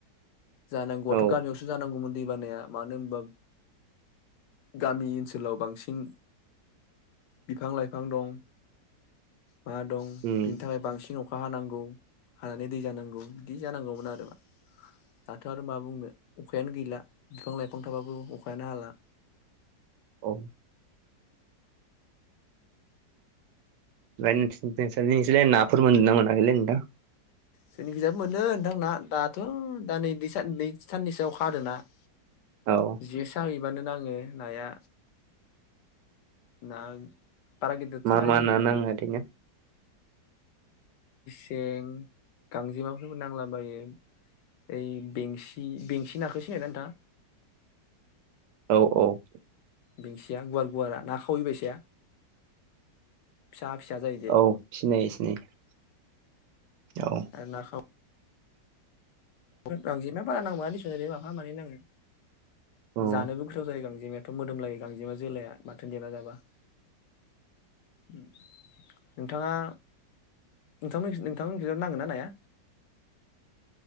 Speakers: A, on the left; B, on the right.
A: जानांगौआथ'
B: औ
A: गामियावसो जानांगौमोन दै बानाया मानो होनबा गामि ओनसोलाव बांसिन बिफां लाइफां दं मा दं
B: उम
A: बिनि थाखाय बांसिन अखा अखा हानांगौ हानानै दै जानांगौ बिदि जानांगौमोन आरो मा। दाथ' आरो मा बुंनो अखायानो गैला बिफां लाइफां थाबाबो अखायानो हाला।
B: औ ओमफ्राय नोंसानिथिं नाफोर मोन्दों ना मोनाखैलै नोंथा?
A: जोंनिखैजाबो मोनो नोंथां ना दाथ' दा नै सानै साननैसोआव अखा हादों ना। <inaudible>
B: औ।
A: जे साहैबानो नाङो नाया ना बारा गिदिरथ'
B: मा
A: नङा जेनबा।
B: <unintelligible>
A: सें गांजेमाफोरबो नांलाबायो ऐ बेंसि बि-बेंसिननाखो सिनायोना नोंथाङा?
B: औ औ।
A: बेंसिया गुवार गुवारा ना खावैबायसाया। फिसा फिसा जायो जे
B: औ सिनायो सिनायो औ।
A: आरो ना खाव गांजेमाया बारा नांबाङा दिसन ओरैनो माफा मानै नाङो।
B: औ
A: जानोबो गोथाव जायो गांजेमायाथ' मोदोम लायो गांजेमा जोलाया माथोन देना जाबा। ओम नोंथाङा नोंथांमोनि नोंथां मोननि खिजाय नाङोना नाया?